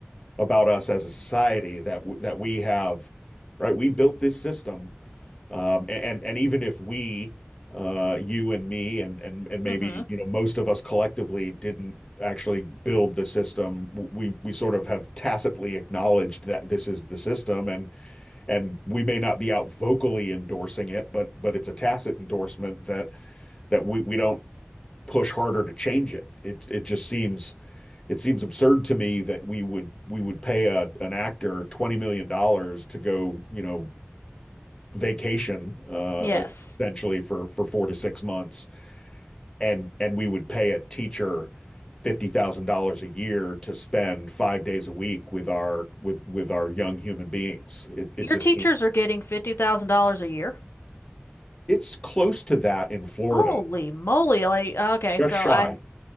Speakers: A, on the left (about 20°); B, on the left (about 70°).
A: about us as a society that that we have, right? We built this system Um, and and even if we, uh, you and me, and and and maybe
B: hmm
A: you know most of us collectively didn't actually build the system, we we sort of have tacitly acknowledged that this is the system, and and we may not be out vocally endorsing it, but but it's a tacit endorsement that that we we don't push harder to change it. It it just seems it seems absurd to me that we would we would pay a an actor twenty million dollars to go, you know, vacation uh,
B: Yes.
A: essentially for for four to six months, and and we would pay a teacher fifty thousand dollars a year to spend five days a week with our with with our young human beings. It it
B: Your
A: just
B: teachers are getting $50,000 a year.
A: it's close to that in Florida,
B: Holy moly. Like, okay,
A: just
B: so
A: shy.
B: I